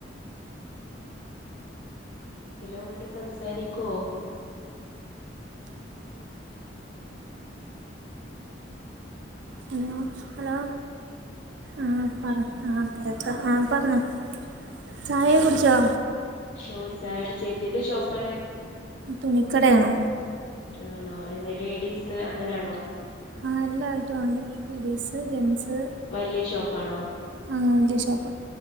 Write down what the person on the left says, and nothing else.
ഹെലോ വടെ സംസാരിക്കോ
ഓഹ് ചായടിച്ചു എന്തിന്റെ ഷോപ്പാണ്
ആണോ എന്ത ലേഡീസ് അങ്ങനെയാണോ
വല്യ ഷോപ്പാണോ